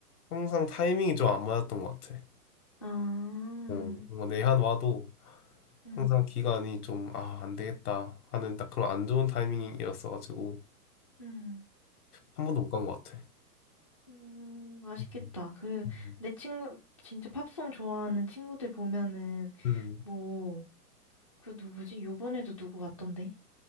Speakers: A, on the left; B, on the left.
A: 항상 타이밍이 좀 안 맞았던 것 같아.
B: 아,
A: 어, 뭔가 내한 와도
B: 음,
A: 항상 기간이 좀, 아, 안 되겠다 하는 딱 그런 안 좋은 타이밍이었어가지고
B: 음,
A: 한 번도 못 간 것 같아.
B: 음, 아쉽겠다.
A: 음,
B: 그,
A: 음.
B: 내 친구, 진짜 팝송 좋아하는 친구들 보면은,
A: 음.
B: 뭐, 그 누구지? 요번에도 누구 왔던데?